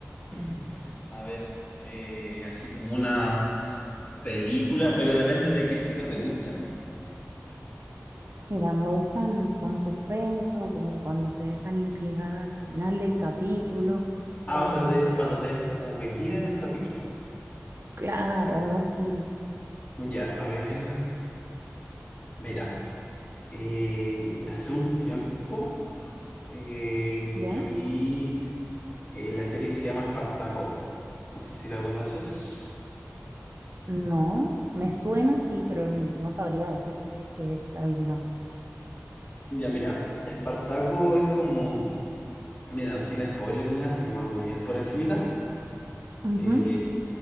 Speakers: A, on the left; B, on the right.
A: <laughs> A ver, eh, así como una película, pero depende de qué estilo te gusten.
B: Mira, me gustan con suspenso, como cuando te dejan intrigada al final del capítulo
A: Ah,
B: o
A: o sea, te dejo, cuando te dejan como metida en el capítulo.
B: claro, algo así,
A: Ya, a ver, mira, eh, hace un tiempo eh,
B: ¿ya?
A: yo vi eh, la serie que se llama Espartaco. No sé si la conoces.
B: No, me suena sí, pero n- no sabría decirte si es que ahí no.
A: Ya, mira, Espartaco es como Mira, sin spoiler ni nada, así como algo bien por encimita,
B: Ujú,
A: eh,